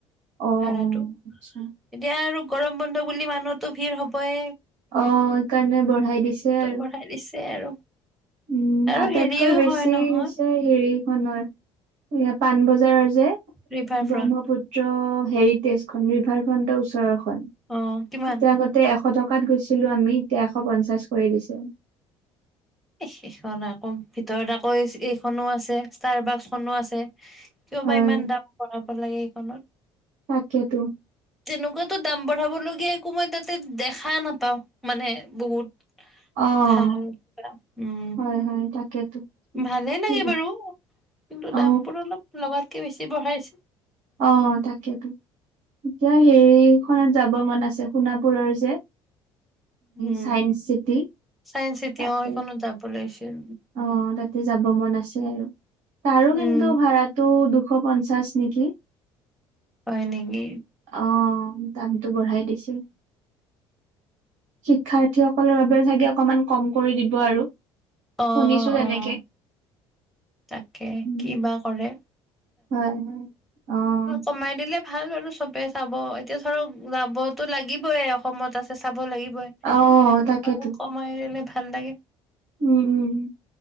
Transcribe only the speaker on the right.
অ',
অ', আচ্ছা।
অ', সেইকাৰণে বঢ়াই দিছে। আৰু।
উম
আটাইতকৈ
বেছি
হৈছে হেৰিখনৰ এয়া পাণবজাৰৰ যে
ব্ৰহ্মপুত্ৰ। হেৰিটেজখন ৰিভাৰ ফ্ৰণ্টৰ ওচৰৰ খন তাতে
আগতে এ এশ টকাত গৈছিলোঁ আমি এতিয়া এশ পঞ্চাছ কৰি দিছে।
হয়,
তাকেতো
অ',
হয়, হয়, তাকেতো।
কি
অ',
অ' তাকেইতো। এতিয়া হেৰিখনত যাব মন আছে সোণাপুৰৰ যে।
চায়েন্স চিটি
তাতে।
অ' তাতে যাব মন আছিলে আৰু তাৰো
কিন্তু ভাড়াতো দু শ পঞ্চাছ নেকি।
অ', দামটো বঢ়াই দিছে। শিক্ষাৰ্থীসকলৰ বাবে চাগে অকমান কম কৰি দিব আৰু।
শুনিছো
তেনেকে
উম
হয়- হয়। অ
অ
তাকেতো
উম- উম